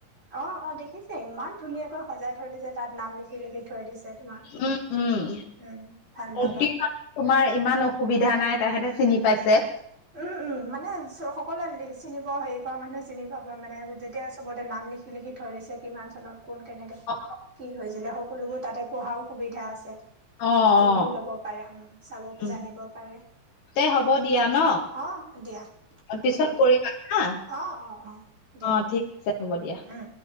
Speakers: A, on the right; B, on the left.
A: অ', অ' দেখিছো ইমান ধুনীয়াকৈ সজাই থৈ দিছে তাত নাম লিখি-লিখি থৈ দিছে। তোমাক
B: উম উম
A: উম ভাল
B: মূৰ্তি
A: লাগা।
B: তোমাৰ ইমান অসুবিধা নাই তাহেতে চিনি পাইছে।
A: উম-উম মানে সকলোৱে চিনিব হেৰি কৰা মানুহে চিনি পাব মানে যেতিয়া চবতে নাম লিখি-লিখি থৈ দিছে কিমান চনত কোন কেনেকা
B: <unintelligible>
A: কি হৈছিলে সকলোবোৰ তাতে পঢ়াও সুবিধা আছে।
B: অ
A: পঢ়িও
B: অ
A: লব পাৰে উম চাব
B: উ
A: জানিব পাৰে।
B: তে হ'ব দিয়া ন।
A: অ দিয়া
B: পিছত
A: হ'ব দিয়া
B: কৰিবা হা
A: অ অ অ দিয়া
B: অ' ঠিক আছে হ'ব দিয়া।
A: উম